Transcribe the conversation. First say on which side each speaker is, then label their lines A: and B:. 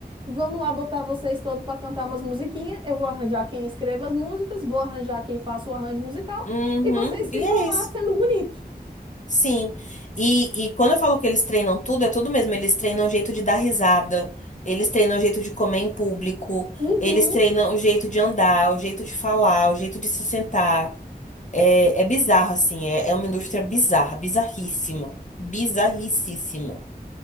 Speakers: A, on the right; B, on the left.
A: vamos lá botar vocês todos para cantar umas musiquinhas. Eu vou arranjar quem escreva as músicas, vou arranjar quem faça o arranjo musical,
B: Uhum,
A: e vocês ficam
B: e é
A: lá
B: isso.
A: sendo bonito.
B: Sim. E, e quando eu falo que eles treinam tudo, é tudo mesmo. Eles treinam o jeito de dar risada. Eles treinam o jeito de comer em público.
A: Uhum,
B: Eles treinam o jeito de andar, o jeito de falar, o jeito de se sentar. É, é bizarro, assim. É, é uma indústria bizarra, bizarríssima. Bizarricíssima.